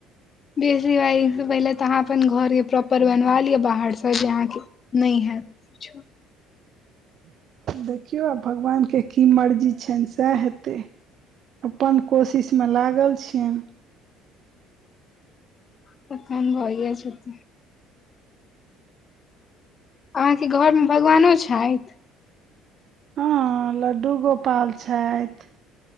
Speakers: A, on the left; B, on the right.
A: बेस <unintelligible> रीवायसँ पहिले तऽ अहाँ अपन घरके प्रॉपर बनवा लिअ बाहरसँ जे अहाँके नैय हैत किछो
B: देखियौ आब भगवानके की मर्जी छैन सेह हेतै अप्पन कोशिशमे लागल छियनि
A: त कान भऽ गेल छै त <unintelligible> अहाँके घरमे भगवानो छैथ
B: हँ लड्डू गोपाल छैथ